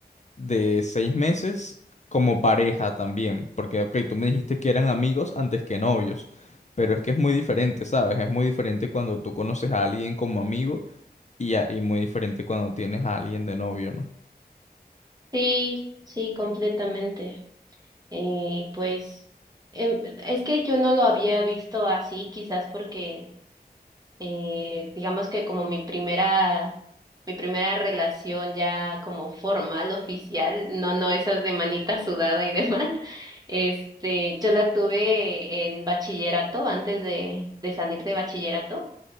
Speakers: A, on the left (about 45°); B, on the right (about 25°).
A: de seis meses como pareja también, porque, ok, tú me dijiste que eran amigos antes que novios, pero es que es muy diferente, ¿sabes? Es muy diferente cuando tú conoces a alguien como amigo y, a- y muy diferente cuando tienes a alguien de novio, ¿no?
B: Sí, sí, completamente. Eh, pues em, es que yo no lo había visto así, quizás porque eh, digamos que como mi primera, mi primera relación ya como formal, oficial, no, no esas de manita sudada y demás, <laughs> este, yo la tuve en bachillerato antes de, de salir de bachillerato.